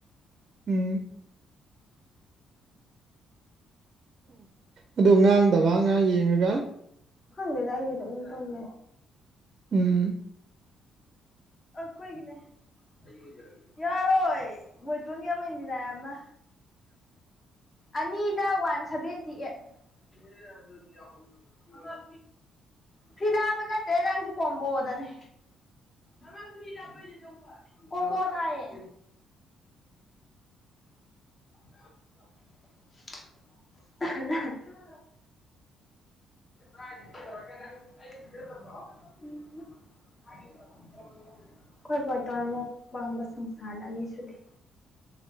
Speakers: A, on the right; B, on the left.
A: ꯎꯝ ꯑꯗꯨ ꯉꯥꯡꯗꯕ ꯑꯉꯥꯡ ꯌꯦꯡꯉꯒ
B: ꯈꯪꯗꯦꯗ ꯑꯩꯗꯤ ꯑꯗꯨꯝ ꯇꯨꯝꯃꯦ꯫
A: ꯎꯝ
B: ꯑꯈꯣꯏꯒꯤꯅꯦ <unintelligible> ꯌꯥꯔꯣꯏ ꯕ‌ꯣꯏꯇꯣꯟꯒꯤ ꯑꯃ ꯏꯟꯗꯤꯔꯥꯏ ꯑꯃ ꯑꯅꯤꯗ ꯋꯥꯟ ꯁꯚꯦꯟꯇꯤ ꯑꯩꯠ <unintelligible> ꯐꯔꯤꯗꯥ ꯍꯥꯞꯄ ꯅꯠꯇꯦ ꯅꯪꯖꯨ ꯀꯣꯝꯕꯣꯗꯅꯦ꯫ <unintelligible> ꯀꯣꯝꯕꯣ ꯊꯥꯏꯌ‌ꯦ
A: <inaudible>
B: ꯑꯍꯝ ꯑꯍꯝ
A: <unintelligible>
B: <unintelligible> ꯑꯩꯈꯣꯏ ꯕꯣꯏꯇꯜꯃꯨꯛ ꯋꯥꯡꯕ ꯁꯪꯁꯥꯔꯗ ꯑꯅꯤ ꯁꯨꯗꯦ꯫